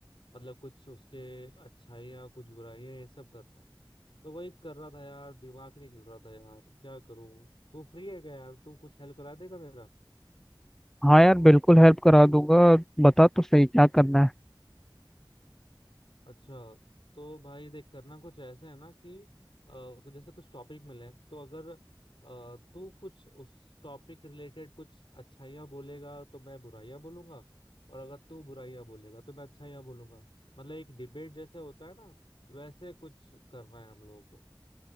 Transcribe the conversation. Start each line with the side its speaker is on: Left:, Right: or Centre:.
Left: मतलब कुछ उसके अच्छाइयाँ कुछ बुराइयां ये सब करना है तो वही कर रहा था यार दिमाग ही नहीं चल रहा था यार क्या करूं तू फ्री है क्या यार तू कुछ हेल्प करा देगा मेरा
Centre: हाँ यार बिल्कुल हेल्प करा दूंगा बता तो सही क्या करना है
Left: अच्छा तो भाई देख करना कुछ ऐसे है ना कि अ, जैसे कुछ टॉपिक मिले हैं, तो अगर अ, तू कुछ उस टॉपिक रिलेटेड कुछ अच्छाइयाँ बोलेगा तो मैं बुराइयाँ बोलूंगा और अगर तू बुराइयाँ बोलेगा तो मैं अच्छाइयाँ बोलूंगा मतलब एक डिबेट जैसे होता है ना वैसे कुछ करना है हम लोगों को